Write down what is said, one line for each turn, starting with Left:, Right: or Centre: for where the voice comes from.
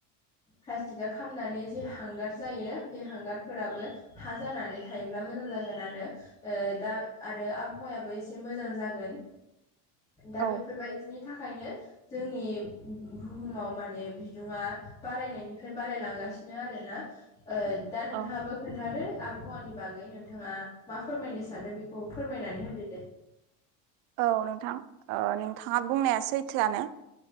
Left: प्लास्टिकआ खामनानै जे हांगार जायो बे हांगारफोराबो हा जानानै थायोब्ला मोजां जागोन आरो दा आरो आबहावायाबो एसे मोजां जागोन। दा
Right: औ
Left: बेफोरबायदिनि थाखायनो जोंनि बुहुमाव माने बिदुुङा बारायनायनिफ्राय बारायलांगासिनो आरोना। ओ दा नोंथाङाबो
Right: औ
Left: खोनथादो आबहावानि बागै नोंथाङा मा फोरमायनो सानदों बेखौ फोरमायनानै होदो दे।
Right: औ नोंथां ओ नोंथाङा बुंनाया सैथोआनो